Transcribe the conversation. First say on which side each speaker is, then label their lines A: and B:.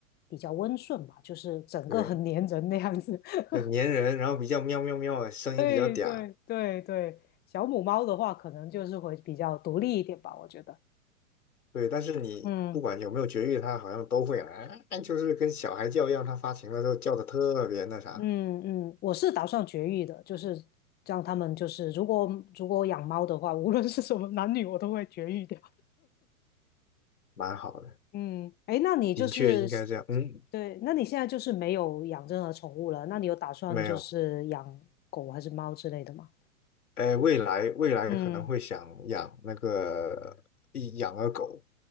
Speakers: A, on the left (about 20°); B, on the left (about 85°).
A: 比较温顺吧，就是整个很粘人那样子。
B: 对，
A: <laughs>
B: 对，粘人，然后比较喵喵喵的，声音比较嗲，
A: 对对对对，小母猫的话，可能就是会比较独立一点吧，我觉得。
B: 对，但是你不管有没有绝育，
A: 嗯
B: 它好像都会来，哎就是跟小孩叫一样，它发情的时候叫的特别那啥，
A: 嗯嗯，我是打算绝育的，就是让它们就是，如果如果养猫的话，无论是什么男女，我都会绝育掉。
B: 蛮好的，
A: 嗯，哎，那你就是，
B: 的确应该这样。嗯，
A: 对，那你现在就是没有养任何宠物了？那你有打算就是养狗还是猫之类的吗？
B: 没有，哎，未来未来可能会想养那个一养个狗，
A: 嗯，